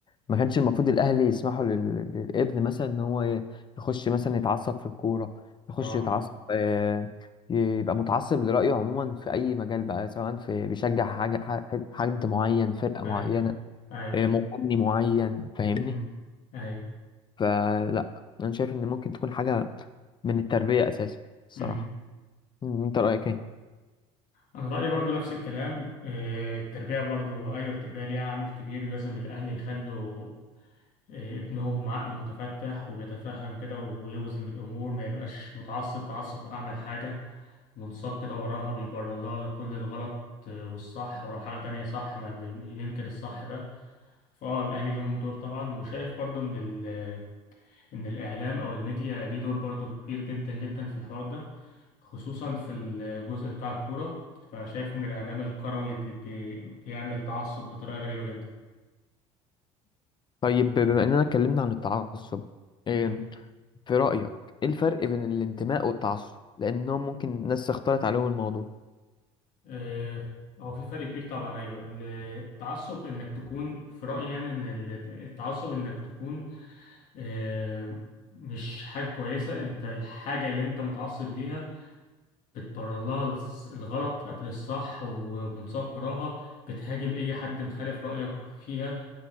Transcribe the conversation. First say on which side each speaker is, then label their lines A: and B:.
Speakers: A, on the left; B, on the left.
A: ما كانش المفروض الأهل يسمحوا لل- للابن مثلا إن هو ي- يخش مثلا يتعصب في الكورة يخش
B: اه
A: يتعصب آه، يبقى متعصب لرأيه عموما في أي مجال بقى سواء في بيشجع حاجة ح- حد معين فرقة
B: اي
A: معينة
B: اي
A: آه، مغني معين فاهمني
B: امم اي
A: فلا أنا شايف إن ممكن تكون حاجة من التربية أساسا الصراحة
B: امم
A: أنت رأيك إيه؟
B: انا رأيي برضو نفس الكلام آه، التربية برضو ايوه التربية ليها عامل كبير لازم الاهل يخلوا آه، ابنهم عقله متفتح وبيتفهم كده ويوزن الامور ما يبقاش متعصب تعصب اعمل حاجة منساق كده وراها بيبرر لها على كل الغلط آه، والصح ولو حاجة تانية صح ما بي- ينكر الصح ده فاه الأهلي لهم دور طبعا وشايف برضو إن ال إن الإعلام أو الميديا ليه دور برضو كبير جدا جدا في الحوار ده خصوصا في الجزء بتاع الكورة فشايف إن الإعلام الكروي بي بي بيعمل تعصب بطريقة غريبة جدا
A: طيب بما اننا اتكلمنا عن التعصب إيه
B: مم.
A: في رأيك ايه الفرق بين الانتماء والتعصب لانهم ممكن ناس اختلط عليهم الموضوع
B: آه، هو في فرق كبير طبعا أيوه التعصب إنك تكون في رأيي يعني إن التعصب إنك تكون آه، مش حاجة كويسة انت الحاجة اللي انت متعصب ليها بتبرر لها الس- الغلط قبل الصح ومنساق وراها بتهاجم اي حد مخالف رأيك فيها